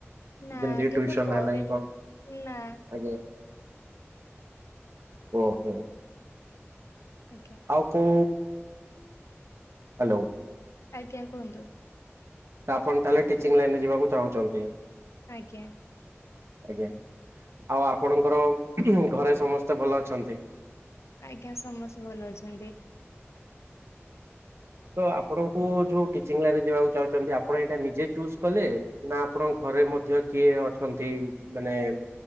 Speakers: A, on the left; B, on the right.
A: ନା
B: ଯେମିତି
A: କେବେ
B: ଟ୍ୟୁସନ
A: କରିନି
B: ହେଲା କି କଣ
A: ନା।
B: ଆଜ୍ଞା ଓ। ହୁଁ।
A: ଆଜ୍ଞା
B: ଆଉ କୋଉ ହାଲୋ
A: ଆଜ୍ଞା କୁହନ୍ତୁ।
B: ଆପଣ ତାହେଲେ ଟିଚିଂ ଲାଇନ ରେ ଯିବାକୁ ଚାହୁଁଚନ୍ତି।
A: ଆଜ୍ଞା।
B: ଆଜ୍ଞା ଆଉ ଆପଣଙ୍କର ଘରେ ସମସ୍ତେ ଭଲ ଅଛନ୍ତି?
A: ଆଜ୍ଞା ସମସ୍ତେ ଭଲ ଅଛନ୍ତି।
B: ତ ଆପଣଙ୍କୁ ଯୋଉ ଟିଚିଂ ଲାଇନରେ ଯିବାକୁ ଚାହୁଁଛନ୍ତି। ଆପଣ ଏଇଟା ନିଜେ ଚୁସ କଲେ ନା ଆପଣଙ୍କ ଘରେ ମଧ୍ୟ କିଏ ଅଛନ୍ତି। ମାନେ ଏ-ଏ-ଏ